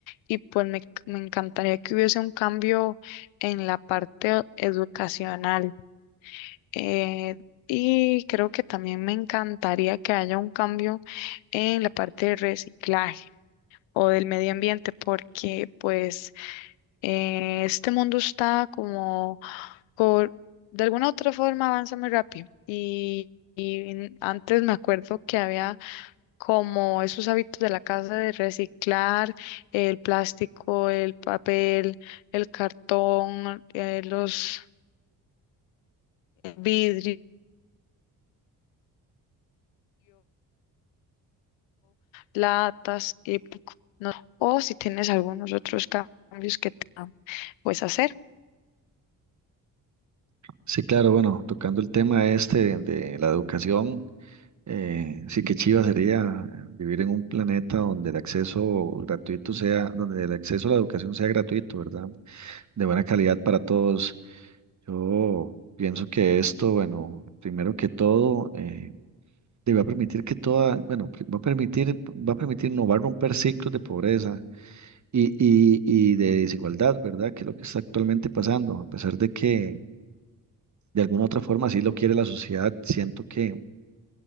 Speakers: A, on the left; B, on the right.
A: y pues me, me encantaría que hubiese un cambio en la parte educacional. Eh, y creo que también me encantaría que haya un cambio en la parte de reciclaje o del medio ambiente, porque pues eh, este mundo está como, por- de alguna u otra forma avanza muy rápido. Y, y antes me acuerdo que había como esos hábitos de la casa de reciclar el plástico, el papel, el cartón, eh, los vidrios latas, y pico, ¿no? O si tienes algunos otros cambios que te puedes hacer.
B: Sí, claro, bueno, tocando el tema este de la educación. Eh, sí, que chiva sería eh, vivir en un planeta donde el acceso gratuito sea, donde el acceso a la educación sea gratuito, ¿verdad? De buena calidad para todos. Yo pienso que esto, bueno, primero que todo, eh, te va a permitir que toda, bueno, pri- va a permitir, va a permitir, no va a romper ciclos de pobreza y, y, y de desigualdad, ¿verdad? Que es lo que está actualmente pasando, a pesar de que de alguna otra forma sí lo quiere la sociedad, siento que